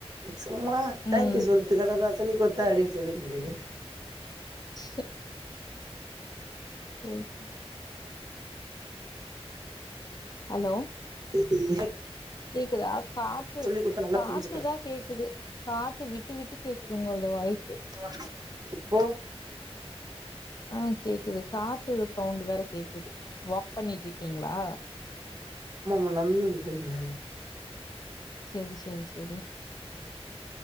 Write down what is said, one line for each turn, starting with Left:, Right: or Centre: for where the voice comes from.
Right: சும்மா
Left: ம்.
Right: தேங்க்யூ சொல்றதுக்கடா நா சொல்லி குடுத்தன் அப்டின் சொல்லின்னுதே
Left: ச சேர் சே ஹலோ
Right: இது <inaudible>
Left: கேக்குதா காத்து
Right: குடுத்தா நல்லா
Left: காத்துதா
Right: புரிஞ்சுப்பே
Left: கேக்குது காத்து விட்டு விட்டு கேக்குது உங்கல்து வாய்ஸ்
Right: ஆ போ
Left: ஆ கேக்குது காத்து சவுண்ட்டு வேற கேக்குது வாக் பண்ணிட்க்கீங்களா
Right: ஆமாமா நந்தந்து போயிந்தே
Left: சேரி சேரி சேரி